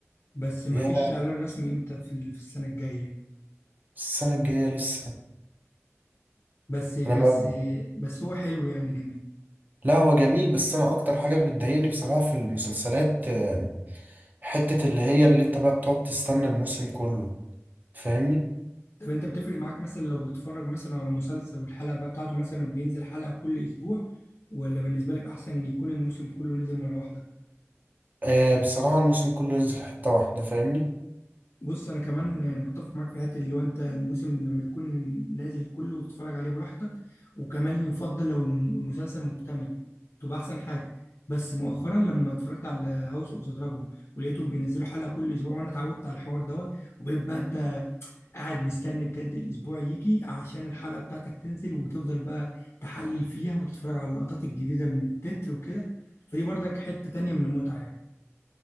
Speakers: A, on the left; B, on the right.
A: بس مفيش
B: يا
A: اعلان رسمي امتى في ال- في السنه الجايه
B: السنة الجاية لسه
A: بس بس
B: انا ما
A: بس هو حلو يعني جميل
B: لا هو جميل بس انا اكتر حاجة بتضايقني بصراحة في المسلسلات آه، حتة اللي هي اللي انت بقى بتقعد تستنى الموسم كله فاهمني
A: طب انت بتفرق معاك مثلا لو بتتفرج مثلا على مسلسل والحلقه بقى بتاعته مثلا بينزل حلقه كل اسبوع ولا بالنسبه لك احسن ان يكون الموسم كله نزل مره واحده
B: آه بصراحة الموسم كله ينزل حتة واحدة فاهمني
A: بص انا كمان يعني متفق معاك في الحته دي لو انت الموسم لما يكون نازل كله وتتفرج عليه براحتك وكمان يفضل لو الم- المسلسل مكتمل تبقى احسن حاجه بس مؤخرا لما اتفرجت على هاوس اوف ذا دراجون ولقيتهم بينزلوا حلقه كل اسبوع وانا اتعودت على الحوار دوت وبقيت بقى انت قاعد مستني بجد الاسبوع يجي عشان الحلقه بتاعتك تنزل وتفضل بقى تحلل فيها وتتفرج على اللقطات الجديده من التتر وكده فدي برضك حته تانيه من المتعه يعني